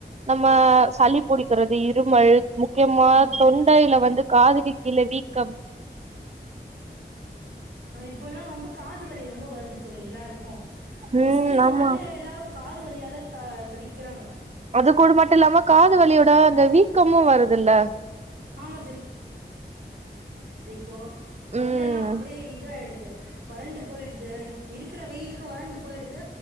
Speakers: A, on the right; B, on the right.
A: நம்ம சளி புடிக்கிறது இருமல் முக்கியமா
B: ஆமா
A: தொண்டையில வந்து காதுக்கு கிழ விக் கம்
B: இப்ப எல்லாம் ரொம்ப காது வலி ரொம்ப வருது தோழி எல்லாருக்கும் கொஞ்சம்
A: ம்
B: சளி வந்தாலே
A: ஆமா
B: எல்லாரும் காத வலியால த தவிக்கிறாங்க
A: அது கூட மட்டும் இல்லாம காது வலியோட அந்த வீக்கமும் வருதுல்ல
B: ஆமா போ தொண்டெல்லாம்
A: ம்
B: அப்படியே இது ஆயிடுது வறண்டு போயிடுது இருக்கிற வெயிலுக்கு வறண்டு போயிடுது